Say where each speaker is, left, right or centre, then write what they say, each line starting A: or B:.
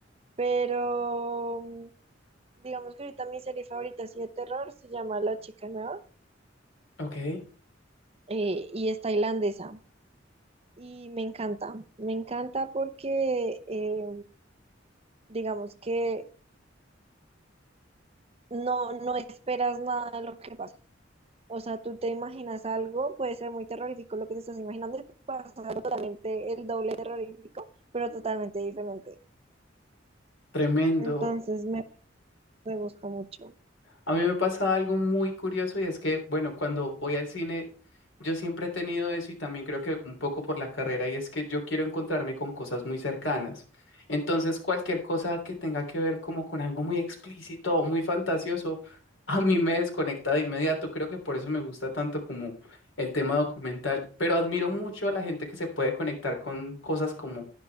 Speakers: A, on the right (about 30°); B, on the left (about 85°).
A: Pero digamos que ahorita mi serie favorita así de terror se llama La Chica Nueva
B: Ok,
A: eh, y es tailandesa. Y me encanta, me encanta porque eh, digamos que no, no esperas nada de lo que pasa. O sea, tú te imaginas algo, puede ser muy terrorífico lo que te estás imaginando, y pasa algo totalmente el doble terrorífico, pero totalmente diferente.
B: tremendo.
A: Entonces me, me gusta mucho.
B: A mí me pasa algo muy curioso y es que, bueno, cuando voy al cine, yo siempre he tenido eso y también creo que un poco por la carrera y es que yo quiero encontrarme con cosas muy cercanas. Entonces, cualquier cosa que tenga que ver como con algo muy explícito o muy fantasioso, <laughs> a mí me desconecta de inmediato. Creo que por eso me gusta tanto como el tema documental, pero admiro mucho a la gente que se puede conectar con cosas como